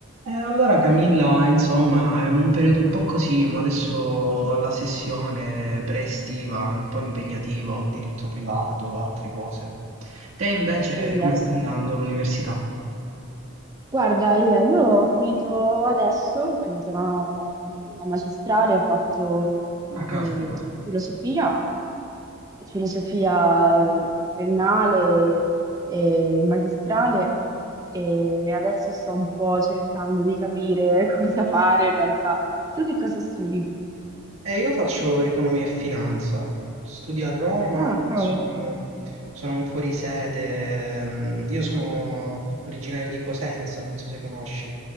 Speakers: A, on the right (about 75°); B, on the right (about 20°).
A: Eh, allora Camilla, insomma, è un periodo un po' così, ma adesso la sessione pre-estiva è un po' impegnativa, ho diritto privato, altre cose. Te invece
B: Ai, ai,
A: come
B: ai.
A: sta andando l'università?
B: Guarda, Elia, io ho finito adesso, ho finito la, la- la magistrale, ho fatto
A: Ah, caspita.
B: mh, filosofia, filosofia eh, in triennale e in magistrale e adesso sto un po' cercando di capire <laughs> cosa fare in realtà. Tu che cosa studi?
A: Eh, io faccio economia e finanza, studio a Roma,
B: Ah, cavolo.
A: sono, sono un fuorisede, mm, io sono originario di Cosenza, non so se conosci.